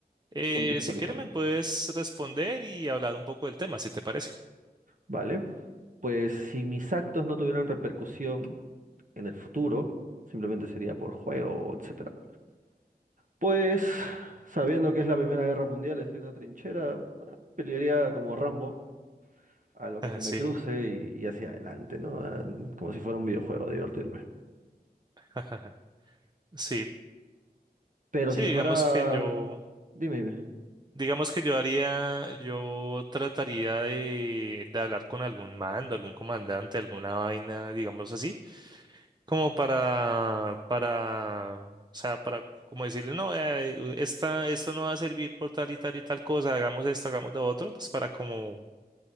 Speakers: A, on the right; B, on the right.
A: Eh,
B: Contextualizarme.
A: si quieres me puedes responder y hablar un poco del tema, si te parece.
B: Vale, pues si mis actos no tuvieran repercusión en el futuro, simplemente sería por juego, etcétera. Pues, sabiendo que es la Primera Guerra Mundial, estoy en una trinchera, pelearía como Rambo a lo que
A: Ajá,
B: se
A: Sí,
B: me cruce y, y hacia adelante, ¿no? Ah, Como si fuera un videojuego, a divertirme.
A: ajá, sí,
B: Pero
A: sí,
B: si
A: digamos
B: fuera...
A: que yo,
B: Dime, dime.
A: digamos que yo haría, yo trataría de, de hablar con algún mando, algún comandante, alguna vaina, digamos así, como para, para, o sea, para como decirle, no, eh, esta, esto no va a servir por tal y tal y tal cosa, hagamos esto, hagamos lo otro, pues para como